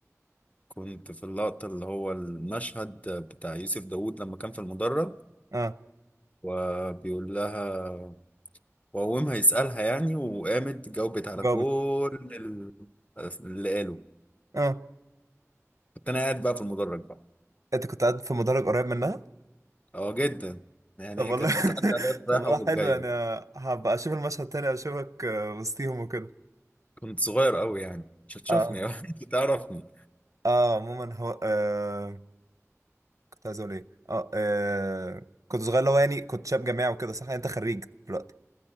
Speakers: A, on the left; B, on the right.
A: كنت في اللقطة اللي هو المشهد بتاع يوسف داوود لما كان في المدرج
B: أه
A: وبيقول لها وقومها يسألها يعني وقامت جاوبت على
B: جاوبت
A: كل ال- آه، اللي قاله
B: أه
A: كنت انا قاعد بقى في المدرج بقى
B: أنت كنت قاعد في مدرج قريب منها؟
A: اه جدا يعني
B: طب
A: هي
B: والله
A: كانت
B: <laughs>
A: بتعدي على الوقت
B: طب
A: رايحة
B: والله
A: وجاية
B: حلو يعني آه، هبقى أشوف المشهد تاني أشوفك آه، وسطيهم وكده
A: كنت صغير قوي يعني مش هتشوفني
B: أه
A: <laughs> أكيد تعرفني
B: أه عموما هو أه كنت عايز أقول إيه؟ أه آه، كنت صغير اللي هو يعني كنت شاب جامعي وكده صح؟ يعني أنت خريج دلوقتي